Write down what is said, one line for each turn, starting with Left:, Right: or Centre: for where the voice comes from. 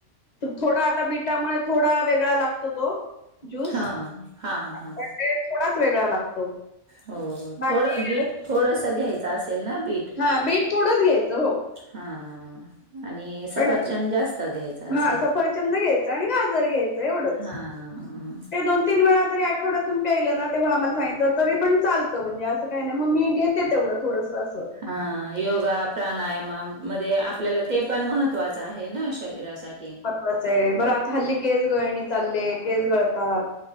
Left: थोडा आता बिटामुळे थोडा वेगळा लागतो तो ज्यूस,
Right: हां, हां, हां.
Left: पण ते थोडाच वेगळा लागतो.
Right: हो
Left: बाकी
Right: थोड बीट थोडस घ्यायचं असेल ना बीट?
Left: हा बीट थोडंच घ्यायचं हो.
Right: हां. आणि
Left: पण
Right: सफरचंद जास्त घ्यायच असेल?
Left: हा सफरचंद घ्यायचं आणि गाजर घ्यायचं एवढंच
Right: हां.
Left: ते दोन तीन वेळा जरी आठवड्यातून प्यायलं ना तेव्हा आम्हाला सांगितलं तरी पण चालत म्हणजें काय नाही मग मी घेत ते तेवढं थोडस असं.
Right: हां, योगा, प्राणायाम मध्ये आपल्याला ते पण महत्त्वाचं आहे ना शरीरासाठी.
Left: तच ये, बरं आता हल्ली केस गळणी चालले केस गळतात